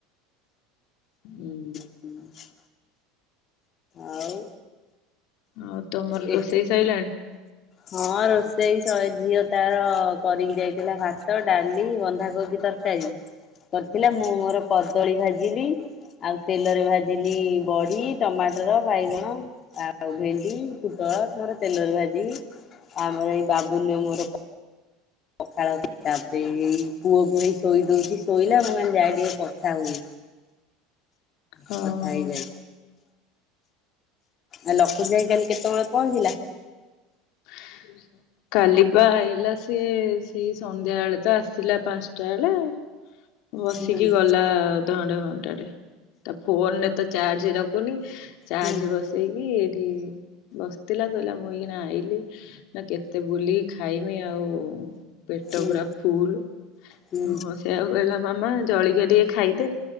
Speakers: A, on the left (about 60°); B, on the left (about 40°).
A: ହୁଁ।
B: ହୁଁ। ଆଉ
A: ଆଉ ତମର
B: ଏ
A: ରୋଷେଇ ସାଇଲାଣି?
B: ହଁ ରୋଷେଇ ସଇ ଝିଅ ତାର କରିକି ଯାଇଥିଲା ଭାତ ଡାଲି ବନ୍ଧାକୋବି ତରକାରୀ।
A: ହ
B: କରିଥିଲା ମୁଁ ମୋର କଦଳୀ ଭାଜିଲି। ଆଉ ତେଲରେ ଭାଜିଲି ବଡି ଟମାଟର ବାଇଗଣ। ଆଉ ଭେଣ୍ଡି ପୁଟଲ ମୋର ତେଲରେ ଭାଜିକି। ଆମର ଏଇ ବାବୁନୁ ମୋର ପଖାଳ ତାପରେ ଏଇ ପୁଅକୁ ନେଇ ଶୋଇ ଦେଇକି ଶୋଇଲା ମାନେ ମୁଁ ଯାଏ ଟିକେ କଥା ହୁଏ।
A: ହଁ
B: କଥାହେଇ
A: ହଁ
B: ଯାଇ। ଆ ଲଖୀ ଯାଇ କାଲି କେତବଳେ ପହଞ୍ଚିଲା?
A: <unintelligible> କାଲି ପା ଆଇଲା ସିଏ ସେଇ ସନ୍ଧ୍ୟାବେଳେ ତ ଆସିଲା ପାନ୍ସଟା ବେଳେ। ହ। ବସିକି
B: ହୁଁ
A: ଗଲା ଅଧଘଣ୍ଟେ ଘଣ୍ଟାଟେ ତା ଫୋନ ଏତେ ଚାର୍ଜେ ରଖୁନି। ଚାର୍ଜ
B: ହୁଁ
A: ବସେଇକି ଏଇଠି ବସଥିଲା କହିଲା ମୁଁ ଏଇଖୀନା ଆଇଲି। ନା କେତେ ବୁଲି ଖାଇମି ଆଉ। ପେଟ
B: ହୁଁ
A: ପୁରା ଫୁଲ
B: ହୁଁ
A: ହଁ ସେ ଆଉ କହିଲା। ମାମା ଜଳିଖୀଆ ଟିକେ ଖାଇଦେ